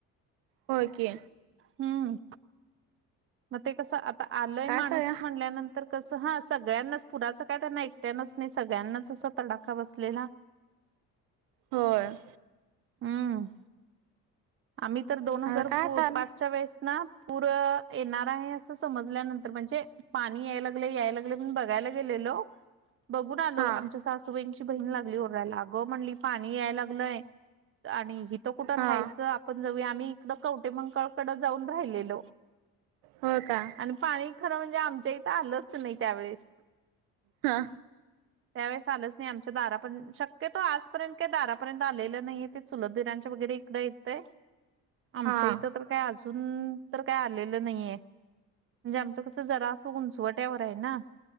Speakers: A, on the right; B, on the right.
A: होय की.
B: हं. म ते कसं? आता आलंय
A: काय
B: माणूस
A: सगळ्या
B: म्हणल्यानं तर कसं हा सगळ्यांनाच पुराच काय त्यांना एकट्यानच नाही सगळ्यांनाच अस तडाखा बसलेला
A: होय.
B: हम्म आम्ही तर
A: आता
B: दोन हजार
A: काय ताल
B: पाचच्या वेळेस ना. पूर येणार आहे असं समजल्यानंतर म्हणजे पाणी याय लागले याय लागले पण बघायला बघून आलो
A: हा
B: आमच्या सासू ची बहीण लागली ओरला अ ग म्हणली पाणी याय लागलंय आणि. कुठं राहायचं
A: हा
B: आपण जऊ आम्ही इकडं कवटे मंकळकडे जाऊन राहिलेलो
A: हो का
B: आणि पाणी खरं म्हणजे आमच्या इथं आलंच नाही त्यावेेळेस
A: हा
B: त्यावेेळेस आलंच नाही, आमच्या दारा पण शक्यतो आज. इथपर्यंत काय दारापर्यंत आलेलं नाही चुलत दिरांच्या वगैरे इकडें येतय आमच्या
A: हा
B: इथं तर का अजून तर काय आलेलं नाहीये म्हणजे आमच कस जरास उंचवट्यावर आहे ना.